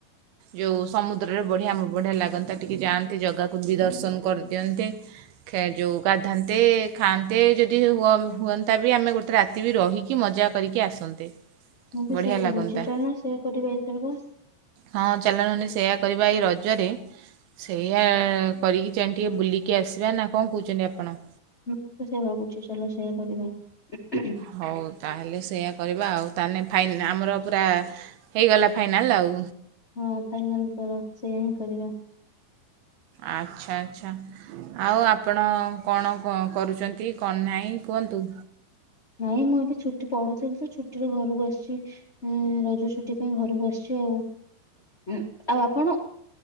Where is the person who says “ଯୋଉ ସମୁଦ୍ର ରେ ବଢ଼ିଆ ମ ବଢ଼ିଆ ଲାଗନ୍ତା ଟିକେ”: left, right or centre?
Right